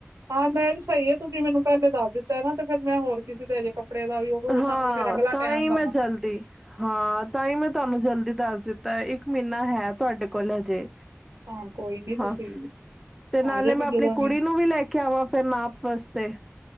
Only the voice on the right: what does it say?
ਹਾਂ ਮੈਂ ਵੀ ਸਹੀ ਹੈ ਤੁਸੀਂ ਮੈਨੂੰ ਪਹਿਲੇ ਦੱਸ ਦਿੱਤਾ ਏ ਨਾ ਤੇ ਫੇਰ ਮੈਂ ਹੋਰ ਕਿਸੇ ਤੇ ਅਜੇ ਕੱਪੜੇ ਦਾ ਵੀ ਉਹ। ਉਹਨਾਂ
ਨੂੰ ਵੀ ਫਿਰ ਅਗਲਾ
ਟਾਈਮ
ਦੇਵਾਂ
ਹਾਂ ਕੋਈ ਨੀ
ਤੁਸੀਂ
ਆ ਜਾਣਾ
ਜਦੋਂ